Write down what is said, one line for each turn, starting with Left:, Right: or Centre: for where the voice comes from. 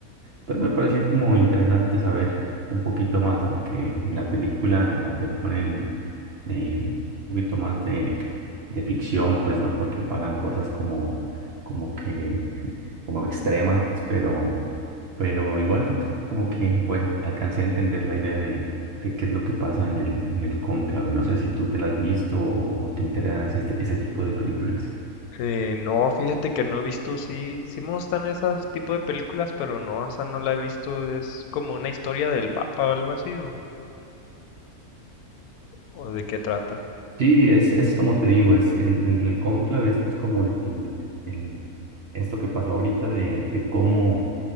Right: pues me pareció como interesante saber un poquito más, aunque en la película le ponen eh, un poquito más de, de ficción, pues no, porque pasan cosas como, como que, como extremas, pero, pero igual pues como que, bueno, alcancé a entender la idea de, de qué es lo que pasa en el, en el cónclave. No sé si tú te la has visto o, o te interesan ese, ese tipo de películas.
Left: Eh, no, fíjate que no he visto, sí, sí me gustan esas tipo de películas, pero no, esa no la he visto. Es como una historia del Papa o algo así, o, o de qué trata.
Right: Sí, es, es como te digo, es el, el, el cónclave es pues como el, el- esto que pasó ahorita de, de cómo,